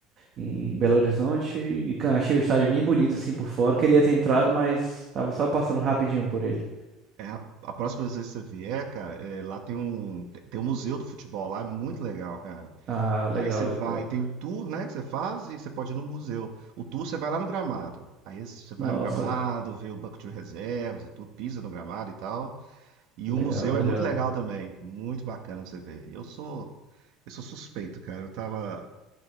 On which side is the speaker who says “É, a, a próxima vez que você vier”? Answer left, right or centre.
Right